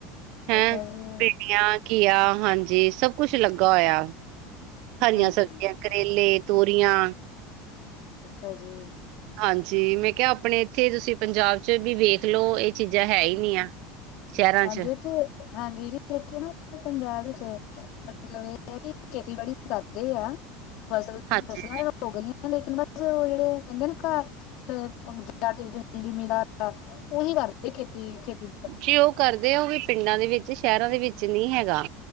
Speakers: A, on the right (about 60°); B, on the left (about 55°).
A: ਹੈਂ
B: ਅੱਛਾ ਜੀ।
A: ਭਿੰਡੀਆਂ ਘੀਆ ਹਾਂਜੀ ਸਭ ਕੁਛ ਲੱਗਾ ਹੋਇਆ। ਹਰੀਆਂ
B: ਹਾਂਜੀ।
A: ਸਬਜ਼ੀਆਂ ਕਰੇਲੇ, ਤੋਰੀਆਂ
B: ਅੱਛਾ ਜੀ।
A: ਹਾਂਜੀ ਮੈਂ ਕਿਹਾ ਆਪਣੇ ਇੱਥੇ ਤੁਸੀਂ ਪੰਜਾਬ ਚ ਵੀ ਵੇਖ ਦੇਖ ਲੋ ਇਹ ਚੀਜ਼ਾਂ ਹੈ ਹੀ ਨੀ ਆ। ਸ਼ਹਿਰਾਂ
B: ਹਾਂਜੀ
A: ਚ
B: ਇੱਥੇ ਹਾਂਜੀ, ਦੀ ਇਥੇ ਨਾ ਆਪਣੇ ਪੰਜਾਬ ਵਿੱਚ ਮਤਲਬ ਇਹ ਹੈ ਕਿ ਖੇਤੀਬਾੜੀ ਕਰਦੇ ਆ ਫਸਲ-ਫਸਲਾਂ
A: ਹਾਂਜੀ
B: ਹੋ ਗਈਆਂ ਲੇਕਿਨ ਜਿਹੜੇ ਕਹਿੰਦੇ ਨਾ ਘਰ ਤੇ <unintelligible> ਜੱਟ ਜਿੰਮੀਦਾਰ ਆ। ਉਹੀ ਕਰਦੇ ਆ ਖੇਤੀ ਈ ਖੇਤੀ
A: ਜੀ ਉਹ ਕਰਦੇ ਆ ਉਹ ਵੀ ਪਿੰਡਾਂ ਦੇ ਵਿੱਚ ਸ਼ਹਿਰਾਂ ਦੇ ਵਿੱਚ ਨਈ ਹੈਗਾ।